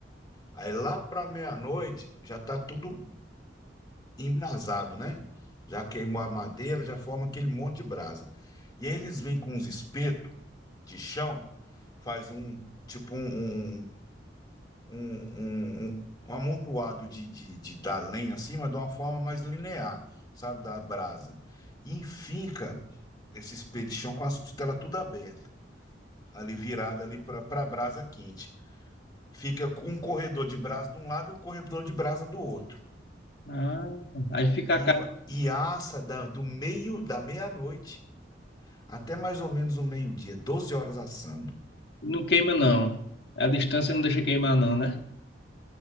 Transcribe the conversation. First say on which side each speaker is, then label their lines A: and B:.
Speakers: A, on the left (about 20°); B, on the left (about 60°).
A: Aí lá para meia-noite já tá tudo embrasado, né? Já queimou a madeira, já forma aquele monte de brasa. E aí eles vêm com uns espetos de chão, faz um tipo um, um, um, um, um um, um amontoado de, de, de da lenha assim, mas de uma forma mais linear, sabe, da brasa. E enfinca esse espeto de chão com as costelas tudo abertas, ali virada ali para a brasa quente. Fica com um corredor de brasa de um lado e um corredor de brasa do outro.
B: Ah, aí fica
A: E,
B: a carne,
A: va- e assa da- do meio da meia-noite até mais ou menos o meio-dia, doze horas assando.
B: não queima não. A distância não deixa queimar não, né?